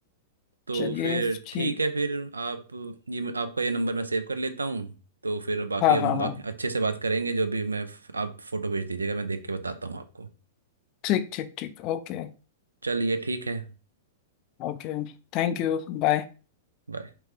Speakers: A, on the right; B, on the left.
A: तो
B: चलिए
A: फिर
B: ठीक
A: ठीक है फिर आप ये आपका ये नंबर मैं सेव कर लेता हूँ तो फिर बाकी
B: हाँ
A: हम
B: हाँ हाँ
A: बाकी अच्छे से बात करेंगे जो भी मैं आप फोटो भेज दीजिएगा मैं देख के बताता हूँ आपको
B: ठीक ठीक ठीक okay
A: चलिए ठीक है
B: Okay thank you bye
A: बाय